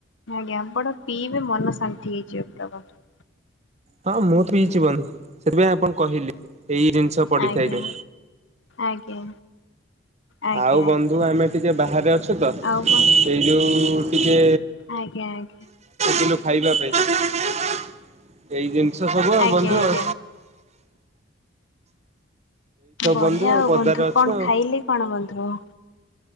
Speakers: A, on the left; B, on the right.
A: ଆଜ୍ଞାପଣ ପିଇବେ ମନ ଶାନ୍ତି ହେଇଯିବେ ପୁରା ବନ୍ଧୁ
B: ହଁ ମୁଁ ତ ହେଇଛି ବଧୁ ସେଥିପାଇଁ ଆପଣ କହିଲେ ଏଇ ଜିନିଷ ପଡିଥାଏ
A: ଆଜ୍ଞା
B: କେ
A: ଆଜ୍ଞା ଆଜ୍ଞା
B: ଆଉ ବନ୍ଧୁ
A: ଆଜ୍ଞା
B: ଆମେ ଟିକେ ବାହାରେ ଅଛୁ ତ
A: ଆଉ ବ
B: ଏଇ ଯୋଉ ଟିକେ
A: ଆଜ୍ଞା ଆଜ୍ଞା।
B: କିଲ ଖାଇବା ପାଇଁ ଏଇିନ ସେଛ ସବୁ ଆଉ
A: ଆଜ୍ଞା
B: ବନ୍ଧୁ
A: ଆଜ୍ଞା
B: ଆ
A: ବଢିଆ
B: ବନ୍ଧୁ
A: ଆଉ
B: ପଦାରେ
A: ବନ୍ଧୁ
B: ଅଛୁ
A: କଣ
B: ଆଉ
A: ଖାଇଲି କଣ ବନ୍ଧୁ